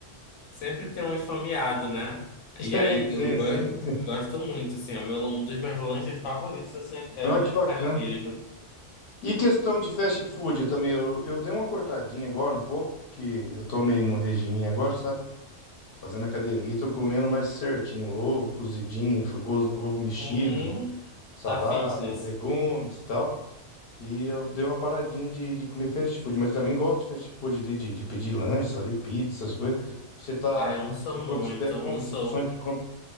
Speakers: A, on the left; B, on the left.
A: Sempre tem um esfomeado, né? E
B: Tem,
A: aí que
B: tem,
A: eu, go-
B: sempre
A: eu
B: tem.
A: gosto muito, assim. É o meu, um dos meus lanches favoritos assim, é
B: Olha
A: unha
B: que bacana.
A: de caranguejo.
B: E questão de fast food, eu também, eu, eu dei uma cortadinha agora um pouco, que eu tô meio no regime agora, sabe? Tô fazendo academia, tô comendo mais certinho, ovo cozidinho, fu- ovo, ovo mexido,
A: Uhum.
B: salada,
A: Tá fitness.
B: legumes e tal. E eu dei uma paradinha de, de comer fast food, mas eu também gosto de fast food ali, de, de pedir lanches ali, pizza, essas coisas. Você tá,
A: Ah, eu não sou
B: você come,
A: muito,
B: você pega, compra,
A: não sou.
B: sempre compra.